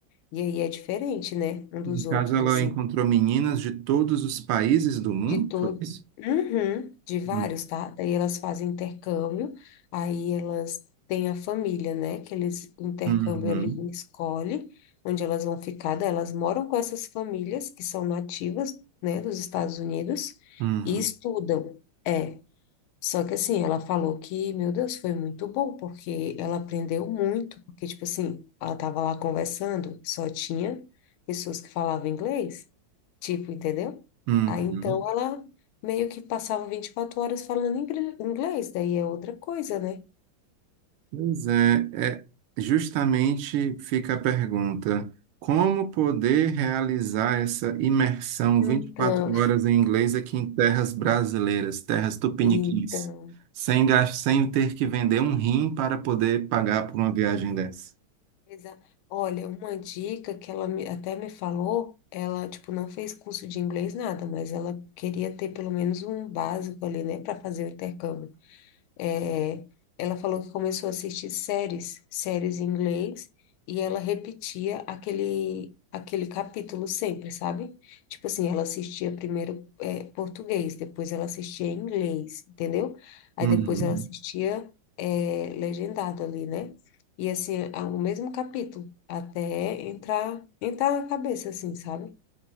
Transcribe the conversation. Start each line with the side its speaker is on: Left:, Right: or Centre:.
Left: E aí é diferente, né, um dos
Right: No caso,
Left: outros,
Right: ela
Left: assim.
Right: encontrou meninas de todos os países do mundo,
Left: De todo,
Right: foi isso?
Left: Uhum, de vários,
Right: Hum,
Left: tá? Daí elas fazem intercâmbio, aí elas têm a família, né? Que eles intercâmbio
Right: Uhum,
Left: ali escolhe onde elas vão ficar. Daí elas moram com essas famílias que são nativas, né, dos Estados Unidos
Right: uhum,
Left: e estudam. É, só que assim, ela falou que, meu Deus, foi muito bom, porque ela aprendeu muito, porque, tipo assim, ela tava lá conversando, só tinha pessoas que falavam inglês, tipo, entendeu?
Right: uhum.
Left: Aí então ela meio que passava 24 horas falando ingre- inglês, daí é outra coisa, né?
Right: Pois é, é, justamente fica a pergunta: como poder realizar essa imersão
Left: Então,
Right: 24 horas
Left: <laughs>
Right: em inglês aqui em terras brasileiras, terras tupiniquins,
Left: então,
Right: sem, gas- sem ter que vender um rim para poder pagar por
Left: para
Right: uma viagem
Left: poder
Right: dessa?
Left: Exa- Olha, uma dica que ela me- até me falou, ela, tipo, não fez curso de inglês, nada, mas ela queria ter pelo menos um básico ali, né, para fazer o intercâmbio. É, ela falou que começou a assistir séries, séries em inglês, e ela repetia aquele, aquele capítulo sempre, sabe? Tipo assim, ela assistia primeiro, é, português, depois ela assistia em inglês, entendeu? Aí
Right: Uhum.
Left: depois ela assistia, é, legendado ali, né? E assim, a- o mesmo capítulo, até entrar, entrar na cabeça, assim, sabe?